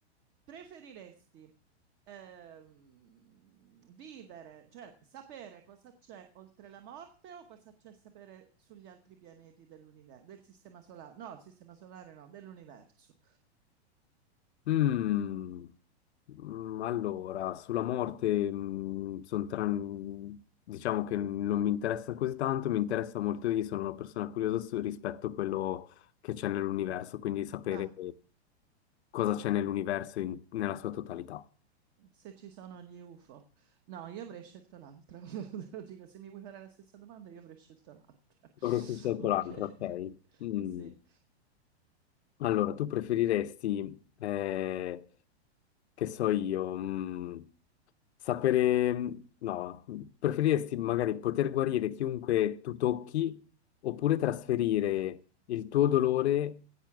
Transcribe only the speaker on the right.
Preferiresti ehm, vivere, cioè sapere cosa c'è oltre la morte o cosa c'è sapere sugli altri pianeti dell'universo, del sistema solare? No, il sistema solare no, dell'universo.
Ah.
Se ci sono gli UFO. No, io avrei scelto l'altra. <laughs> Te lo dico, se mi vuoi fare la stessa domanda, io avrei scelto l'altra. <laughs>
Ok,
<laughs>
sì.